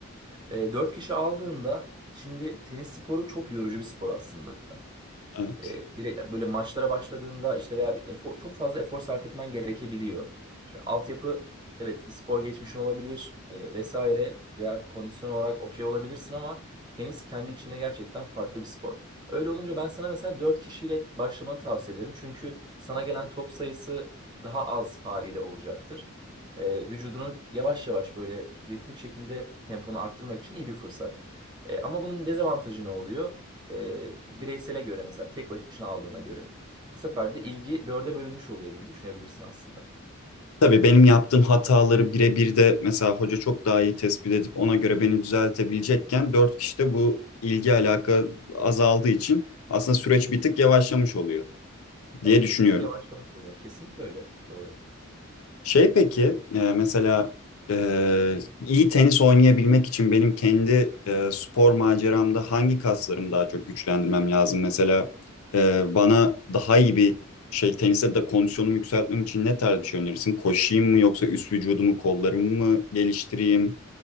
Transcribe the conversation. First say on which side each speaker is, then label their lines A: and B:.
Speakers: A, on the right; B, on the left.
A: Ee, 4 kişi aldığında şimdi tenis sporu çok yorucu bir spor aslında.
B: Evet.
A: E, direkt böyle maçlara başladığında işte veya bir efor, çok fazla efor sarf etmen gerekebiliyor. Şimdi altyapı evet bir spor geçmişin olabilir e, vesaire veya kondisyon olarak okey olabilirsin ama tenis kendi içinde gerçekten farklı bir spor. Öyle olunca ben sana mesela 4 kişiyle başlamanı tavsiye ederim. Çünkü sana gelen top sayısı daha az haliyle olacaktır. E, vücudunu yavaş yavaş böyle ritmik şekilde temponu arttırmak için iyi bir fırsat. E, ama bunun dezavantajı ne oluyor? e, bireysele göre mesela tek başına aldığına göre bu sefer de ilgi dörde bölünmüş oluyor gibi düşünebilirsin aslında.
B: Tabii benim yaptığım hataları birebir de mesela hoca çok daha iyi tespit edip ona göre beni düzeltebilecekken dört kişide bu ilgi alaka azaldığı için aslında süreç bir tık yavaşlamış oluyor diye
A: Evet,
B: düşünüyorum.
A: bir tık yavaşlamış oluyor. Kesinlikle öyle. Doğru.
B: Şey peki e, mesela e, iyi tenis oynayabilmek için benim kendi e, spor maceramda hangi kaslarımı daha çok güçlendirmem lazım? Mesela e, bana daha iyi bir şey teniste de kondisyonumu yükseltmem için ne tarz bir şey önerirsin? Koşayım mı yoksa üst vücudumu kollarımı mı geliştireyim?